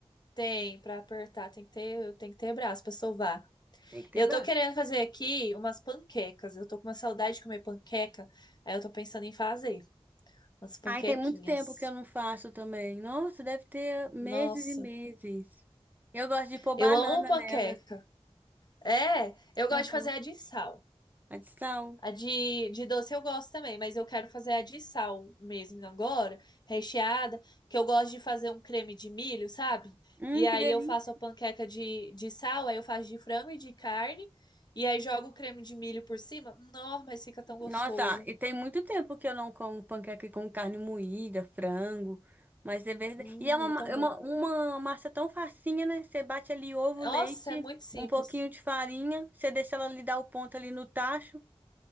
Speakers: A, on the left (about 40°); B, on the right (about 15°).
A: Tem pra apertar, tem que ter, tem que ter braço pra sovar.
B: Tem que ter
A: Eu
B: braço.
A: tô querendo fazer aqui umas panquecas. Eu tô com uma saudade de comer panqueca, aí eu tô pensando em fazer umas panquequinhas.
B: Ai, tem muito tempo que eu não faço também. Nossa, deve ter meses
A: Nossa,
B: e meses. Eu gosto de pôr banana
A: eu amo panqueca.
B: nelas.
A: É, eu gosto
B: Aham.
A: de fazer a de sal.
B: A de sal.
A: A de, de doce eu gosto também, mas eu quero fazer a de sal mesmo agora, recheada, que eu gosto de fazer um creme de milho, sabe?
B: Hum,
A: E aí
B: que delícia.
A: eu faço a panqueca de, de sal, aí eu faço de frango e de carne, e aí jogo o creme de milho por cima. Nossa, mas fica tão gostoso.
B: Nossa, e tem muito tempo que eu não como panqueca com carne moída, frango, mas é verdade.
A: Hum,
B: E é uma,
A: é
B: ma-
A: tão
B: é
A: bom.
B: uma, uma massa tão facinha, né? Você bate ali ovo, leite,
A: Nossa, é muito simples.
B: um pouquinho de farinha, você deixa ela ali dar o ponto ali no tacho.